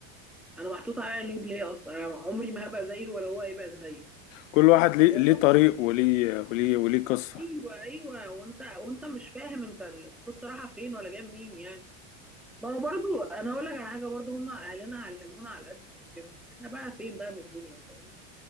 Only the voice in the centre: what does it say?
انا محطوط عليا لود ليه اصلا انا عمري ما هبقى زيه ولا هو هيبقى زيي
هو
<laughs>
ايوه ايوه وانت وانت مش فاهم انت القصه رايحه فين ولا جايه منين يعني ما هو برضو انا اقول لك على حاجه برضو هم اهلنا علمونا على قد تفكيرنا احنا بقى فين بقى من الدنيا فاهم